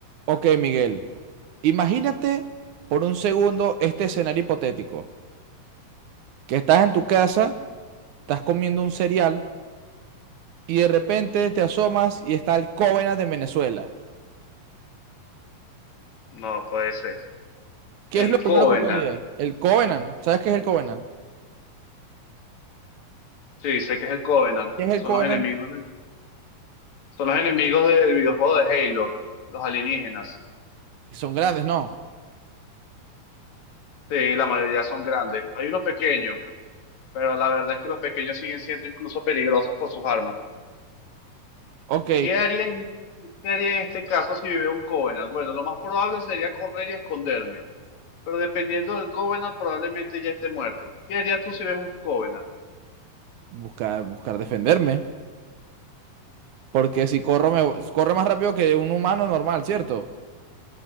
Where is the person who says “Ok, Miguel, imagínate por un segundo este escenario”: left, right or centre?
Right